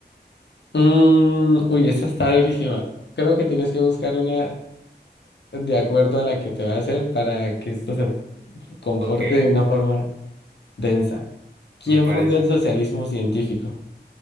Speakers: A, on the left; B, on the right.
A: Mm, uy, esta está durísima. Creo que tienes que buscar una de acuerdo a la que te va a hacer para que esto se comporte
B: <laughs> ok,
A: de una forma densa. ¿Quién
B: me parece.
A: fundó el socialismo científico?